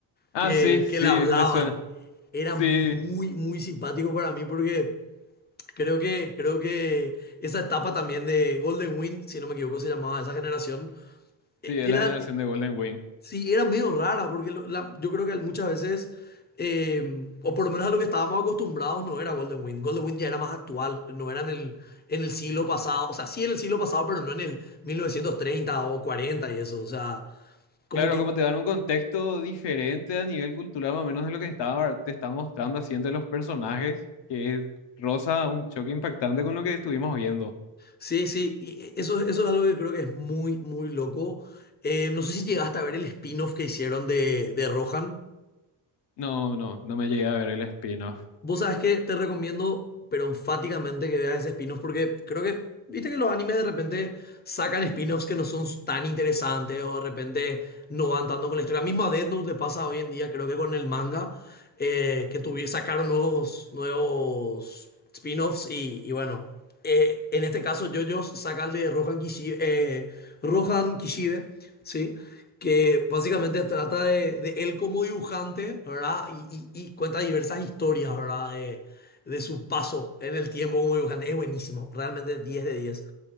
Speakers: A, on the left (about 70°); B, on the left (about 25°).
A: Ah,
B: que,
A: sí, sí,
B: que le hablaban.
A: me suena.
B: Era
A: Sí,
B: muy, muy simpático para mí porque... Creo que, creo que esa etapa también de Golden Wind, si no me equivoco, se llamaba esa generación, e-
A: sí, es
B: era,
A: la generación de Golden Wing.
B: sí, era medio rara, porque lo- la- yo creo que muchas veces, eh, o por lo menos a lo que estábamos acostumbrados, no era Golden Wind. Golden Wind ya era más actual, no era en el, en el siglo pasado, o sea, sí en el siglo pasado, pero no en el 1930 o 40 y eso, o sea, como
A: Claro,
B: que,
A: como te dan un contexto diferente a nivel cultural, más o menos de lo que estaba, te está mostrando así entre los personajes, que es- roza un choque impactante con lo que estuvimos viendo.
B: sí, sí, y e, eso, eso es algo que creo que es muy, muy loco. Eh, no sé si llegaste a ver el spin-off que hicieron de, de Rohan.
A: No, no, no me llegué a ver el spin-off.
B: Vos sabés que te recomiendo, pero enfáticamente que veas ese spin-off porque creo que, viste que los animes de repente sacan spin-offs que no son tan interesantes o de repente no van tanto con la historia. Misma Death Note le pasa hoy en día, creo que con el manga, eh, que tuvi- sacaron nuevos, nuevos spin-offs y, y bueno eh, en este caso, JoJo's saca el de Rohan Kishi- eh, Rohan Kishibe, ¿sí? Que básicamente trata de, de él como dibujante, ¿verdad? Y, y- y cuenta diversas historias, ¿verdad? De, de su paso en el tiempo como dibujante. Es buenísimo, realmente 10 de diez